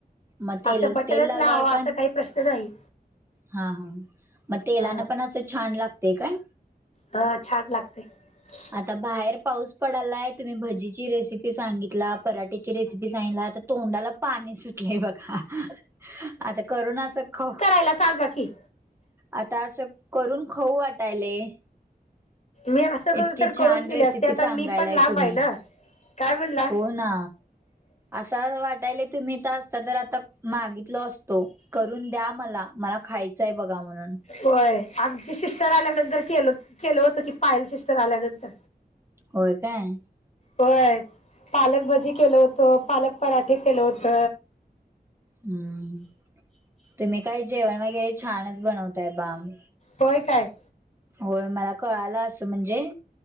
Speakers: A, on the right (about 15°); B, on the left (about 45°).
A: मग तेल
B: असं बटरच
A: तेल लावल्यावर
B: लावावा
A: पण
B: असं काही प्रश्न नाही.
A: हा हा मग तेलान
B: ह
A: पण असं छान लागतय काय?
B: ह छान <inaudible>
A: आता बाहेर पाऊस पडालाय तुम्ही भजीची रेसिपी सांगितला पराठेची रेसिपी सांगितला आता तोंडाला पाणी सुटलय बघा आता करून असं खाऊ
B: यला सांगा की.
A: आता असं करून खाऊ वाटायलय.
B: मी असं तो
A: इतकी
B: तर करून
A: छान
B: दिले
A: रेसिपी
B: असते आता
A: सांगायलाय
B: मी पण लांब
A: तुम्ही
B: आहे ना काय म्हणला.
A: हो ना असं वाटायला तुम्ही तर असता तर आता. मागितल असतो करून द्या मला मला खायचय बघा म्हणून.
B: होय आमची सिस्टर आल्यानंतर केल केलं होतं की पायल सिस्टर आल्यानंतर.
A: होय काय.
B: होय पालकभजी केलं होतं पालक पराठे केलं होत.
A: हुं तुम्ही काय जेवण वगैरे छानच बनवताय बाम.
B: होय काय.
A: होय मला कळाला असं म्हणजे.